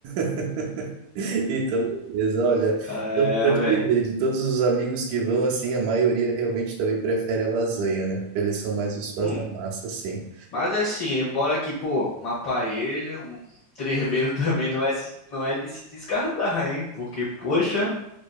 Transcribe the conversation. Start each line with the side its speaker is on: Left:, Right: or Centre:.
Right: <laughs> Então, beleza. Olha,
Left: É,
Right: então, para
Left: velho.
Right: te dizer, de todos os amigos que vão, assim, a maioria realmente também prefere a lasanha, né? Eles são mais os fãs
Left: Hum,
Right: da massa, assim.
Left: mas assim, embora que, pô, uma paeja, um treveiro <laughs> também não é, se- não é de se descartar, hein? Porque, poxa,